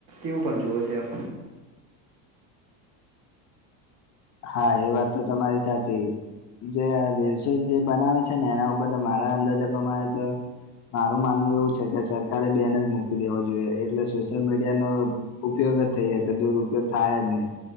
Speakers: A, on the right; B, on the left.
A: એવું પણ જુવે છે એમ.
B: હા એ વાત તો તમારી સાચી. જે આ દસો જે બનાવે છે ને એના ઉપર તો મારા અંદાજા પ્રમાણે તો. મારું માનવું એવું છે કે સરકારે બેન જ મૂકી દેવો જોઈએ, એટલે સોશિયલ મીડિયાનો ઉપયોગ. થઈ જાય કે દુરપયોગ થાય જ નહીિ